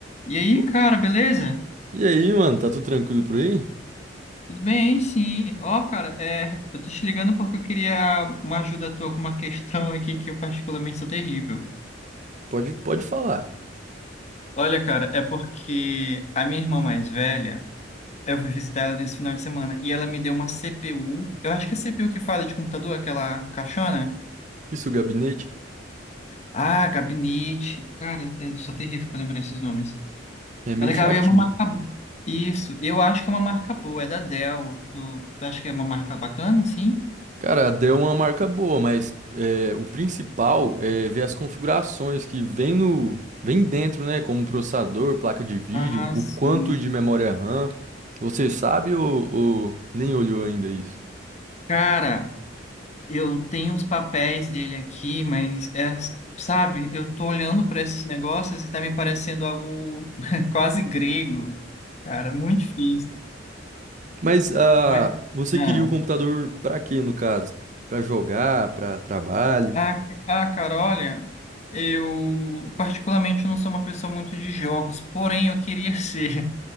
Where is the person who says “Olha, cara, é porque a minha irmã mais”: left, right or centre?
Left